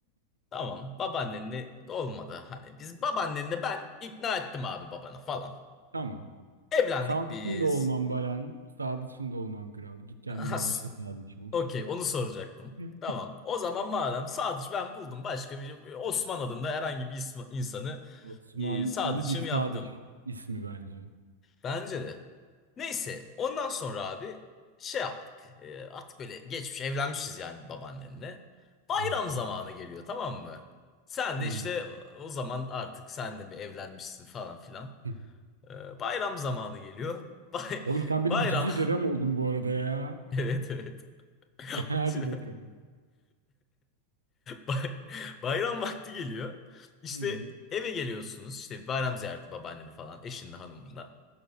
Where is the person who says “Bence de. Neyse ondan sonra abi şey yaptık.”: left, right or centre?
Left